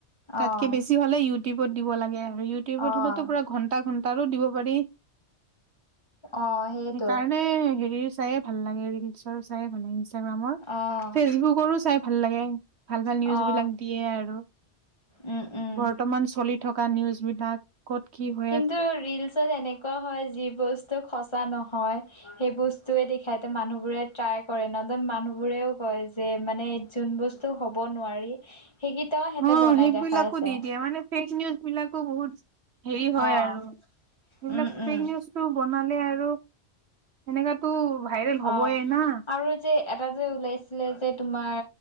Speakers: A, on the right; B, on the left.
A: তাতকে
B: অ',
A: বেছি ভাল ইউটিউবত দিব লাগে। ইউটিউবত
B: অ',
A: হ'লেতো পুৰা ঘণ্টা ঘ তাৰো দিব পাৰি।
B: অ', সেইটো।
A: সেইকাৰণে হেৰি চাইয়ে ভাল লাগে ৰিলচৰ চাই ভাল লাগে, ইনষ্টাগ্ৰামৰ।
B: অ',
A: ফেচবুকৰো চাই ভাল লাগে। ভাল ভাল
B: অ',
A: নিউজ বিলাক দিয়ে আৰু।
B: উম, উম।
A: বৰ্তমান চলি থকা নিউজ বিলাক। ক'ত কি হ
B: কিন্তু ৰিলচত এনেকুৱা হয়, যি বস্তু সঁচা নহয়। সেই বস্তুয়েদি খাইতে মানুহবোৰে ট্ৰাই কৰে। নতুন মানুহবোৰেও কয় যে মানে যোন বস্তু হ'ব নোৱাৰি, সেইকেইটাও হেতে
A: অ'
B: বনাই
A: সেইবিলাকো
B: দেখা আছে।
A: দি দিয়ে মানে ফেক নিউজ বিলাকো বহুত হেৰি
B: অ',
A: হয় আৰু, সেইবিলাক
B: উম, উম,
A: ফেক নিউজ টো বনালে আৰু সেনেকাতো ভাইৰেল হ'বয়ে
B: অ'।
A: না।
B: আৰু যে এটা যে উলাইছিলে যে তোমাৰ